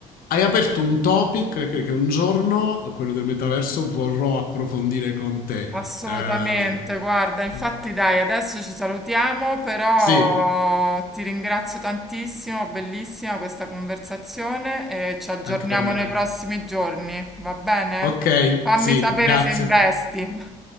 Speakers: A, on the left; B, in the centre.
A: Hai aperto un topic che che un giorno, quello del metaverso, vorrò approfondire con te.
B: assolutamente,
A: Ehm,
B: guarda, infatti
A: mh,
B: dai, adesso ci salutiamo, però
A: sì,
B: ti ringrazio tantissimo, bellissima questa conversazione e ci aggiorniamo
A: anche per me.
B: nei prossimi giorni, va bene?
A: Okay,
B: Fammi
A: sì,
B: sapere
A: grazie.
B: se investi. <laughs>